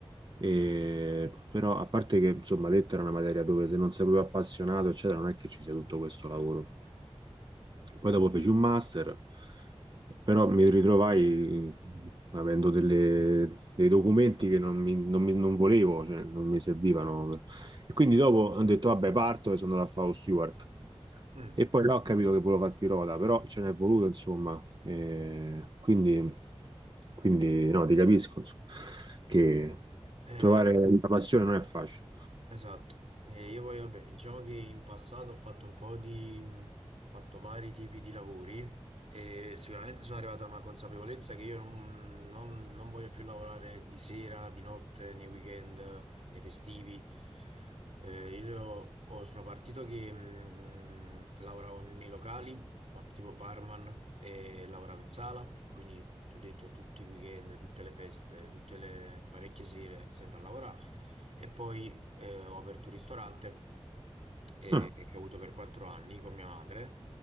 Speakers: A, on the right; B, on the right.
A: e- però a parte che insomma lettera è una materia dove se non sei proprio appassionato, eccetera, non è che ci sia tutto questo lavoro. Poi dopo feci un master, però mi ritrovai avendo delle- dei documenti che non, mi- non mi- non volevo, cioè non mi servivano. E quindi dopo ho detto, vabbè, parto e sono andato a fare lo steward.
B: Mm.
A: E poi là ho capito che volevo fare il pilota, però ce n'è voluto, insomma. E quindi, quindi, no, ti capisco, insomma, che
B: Eh,
A: trovare la passione non è facile.
B: Esatto, Eh, io poi vabbè, diciamo che in passato ho fatto un po' di, ho fatto vari tipi di lavori e sicuramente sono arrivato a una consapevolezza che io non, non- non voglio più lavorare di sera, di notte, nei weekend, nei festivi. Eh, io ho- sono partito che mm, lavoravo nei locali, fatto tipo barman e lavoravo in sala, quindi ti ho detto tutti i weekend, tutte le feste, tutte le parecchie sere, sempre a lavorare. E poi eh, ho aperto un ristorante eh,
A: Ah,
B: che ho avuto per quattro anni con mia madre